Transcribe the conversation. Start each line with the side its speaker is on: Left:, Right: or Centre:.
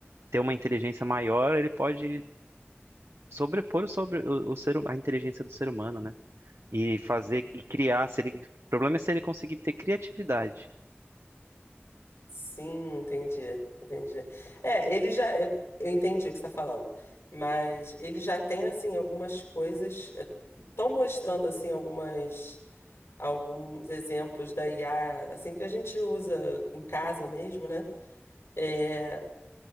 Right: ter uma inteligência maior, ele pode sobrepor o sobre o, o ser, hu- a inteligência do ser humano, né? E fazer e criar, se ele, o problema é se ele conseguir ter criatividade.
Left: Sim, entendi, entendi. É, ele já, eu eu entendi o que você está falando, mas ele já tem assim algumas coisas, estão mostrando assim algumas alguns exemplos da IA assim que a gente usa em casa mesmo, né? É,